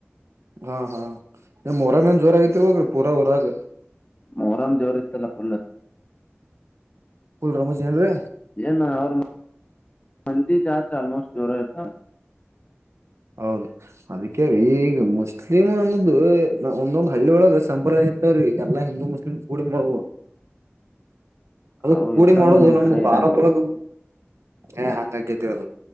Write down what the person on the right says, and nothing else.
ಹಾ ಹಾ ಏ ಮರ ಮೇನ್ ಜೋರ ಆಗತ್ರಿ ಬಾಗ್ರಿ ಪೂರಾ ಊರಾಗ
ಲ್ ರೋಏನ್ರೀ
ಹೌದು ಅದಕ್ಕೆ ಈಗ ಮುಸ್ಲಿಮ್ ಅನ್ನೋದು ಒಂದೊಂದ್ ಹಳ್ಳಿಳಗೆ ಸಂಪ್ರದಾಯ ಇರ್ತವ್ರಿ ಎಲ್ಲಾ ಹಿಂದೂ ಮುಸ್ಲಿಮ್ ಕೂಡಿ ಮಳು ಅದು
ಪೂಡಿ
ಮಾಡೋದು
ನಮ್ದ
ಭಾರಕ್ಕೊಳಗ ಏ ಹಂಗತಿರೋದು